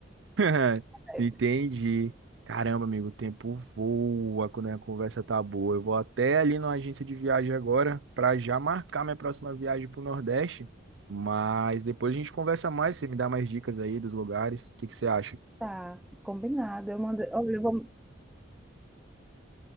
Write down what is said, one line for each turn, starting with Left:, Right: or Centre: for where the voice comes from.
Right: <laughs>
Centre: Nordeste.
Right: Entendi. Caramba, amigo, o tempo voa quando a conversa tá boa. Eu vou até ali na agência de viagem agora para já marcar minha próxima viagem pro Nordeste. Mas depois a gente conversa mais, você me dá mais dicas aí dos lugares. O que que você acha?
Centre: Tá, combinado. Eu mando, olha, eu vou,